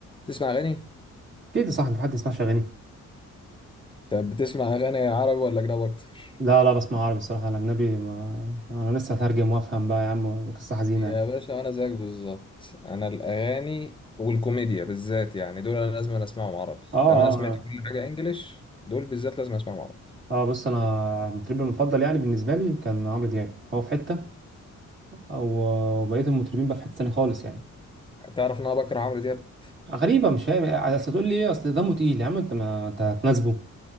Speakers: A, on the left; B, on the right.
A: تسمع اغاني
B: اكيد يا صاحبي في حد يسمعش اغاني
A: طب بتسمع اغاني عربي ولا اجنبي اكتر
B: لا لا بسمع عربي الصراحه الاجنبي ما... انا لسه هترجم وافهم بقى يا عم قصه حزينه
A: يا
B: يعني
A: باشا انا زيك بالظبط انا الاغاني والكوميديا بالذات يعني دول انا لازم أنا اسمعهم عربي
B: اه
A: لو انا
B: اه
A: سمعت
B: اه
A: كل حاجه انجليش دول بالذات لازم اسمعهم عربي
B: آه، بص انا مطربي المفضل يعني بالنسبه لي كان عمرو دياب هو في حته او بقيه المطربين بقى في حته ثانيه خالص يعني
A: تعرف ان انا بكره عمرو دياب
B: غريبه مش فاهم اصل تقول لي ايه اصل دمه تقيل يا عم انت ما انت هتناسبه